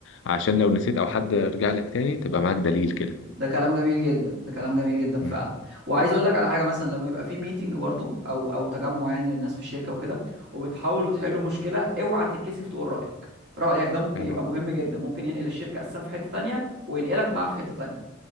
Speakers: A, on the left; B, on the right.
A: عشان لو نسيت أو حد رجع لك تاني تبقى معاك دليل كده
B: ده كلام جميل جدا ده كلام جميل جدا فعلا
A: مم.
B: وعايز اقول لك على حاجه مثلا لما يبقى في ميتنج برضو او او تجمع يعني للناس في الشركه وكده وبتحاولوا تحلوا مشكله اوعى تتكسف تقول رايك رايك ده ممكن
A: يعني
B: يبقى مهم جدا ممكن ينقل الشركه اساسا في حته تانية وينقلك معاه في حته تانية